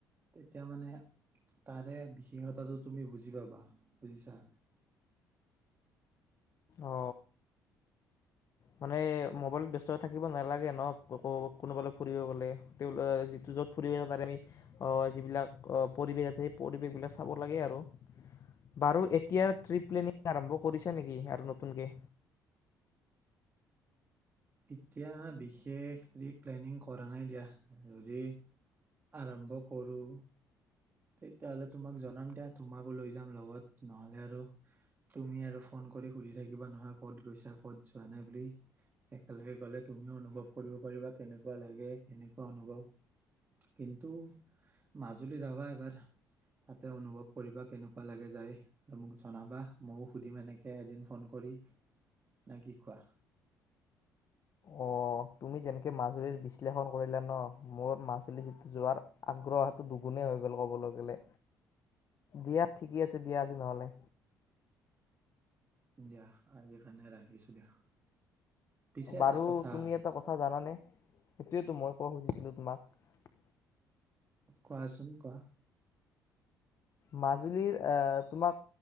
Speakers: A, on the right; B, on the left.
A: তেতিয়া মানে তাৰে বিশেষতাটো তুমি বুজি পাবা বুজিছা
B: অ মানে মবাইলত ব্যস্ত থাকিব নালাগে ন কোনোবালৈ ফুৰিব গলে যিটো য'ত ফুৰিব তাৰে যিবিলাক পৰিবেশ আছে সেই পৰিবেশ বিলাক চাব লাগে আৰু বাৰু এতিয়াৰ পৰা প্লেনিং আৰম্ভ কৰিছা নেকি আৰু নতুনকে
A: এতিয়া বিশেষ ট্ৰিপ প্লেনিং কৰা নাই দিয়া যদি আৰম্ভ কৰোঁ তেতিয়াহলে তোমাক জনাম দিয়া তোমাকো লৈ যাম লগত নহলে আৰু তুমি আৰু ফোন কৰি সুধি থাকিবা নহয় ক'ত গৈছা ক'ত যোৱা নাই বুলি একেলগে গলে তুমিও অনুভৱ কৰিব পাৰিবা কেনেকুৱা লাগে কেনেকুৱা অনুভৱ কিন্তু মাজুলী যাবা তাতে অনুভৱ কৰিবা কেনেকুৱা লাগে যায় আৰু মোক জনাবা মইয়ো সুধিম এনেকে এদিন ফোন কৰি নে কি কোৱা
B: অ' তুমি যেনেকে মাজুলীৰ বিশ্লেষণ কৰিলা ন মোৰ মাজুলী যোৱাৰ আগ্ৰহটো দুগুণেই হৈ গল কবলৈ গলে দিয়া ঠিকেই আছে দিয়া আজি নহলে
A: দিয়া আজি কাৰণে ৰাখিছো দিয়া পিছে এটা
B: বাৰু
A: কথা
B: তুমি এটা কথা জানানে সেইটোয়ো মই কব খুজিছিলো তোমাক
A: কোৱাচোন কোৱা
B: মাজুলীৰ আহ তোমাক